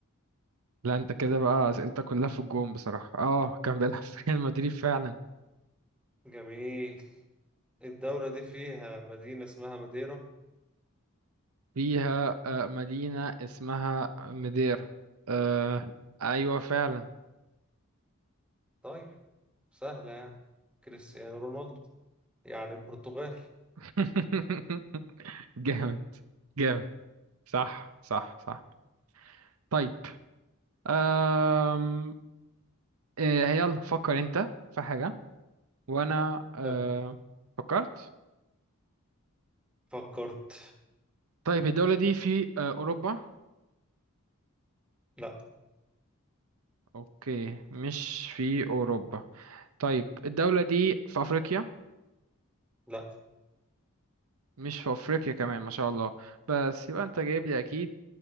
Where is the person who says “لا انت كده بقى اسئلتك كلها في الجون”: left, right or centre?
Right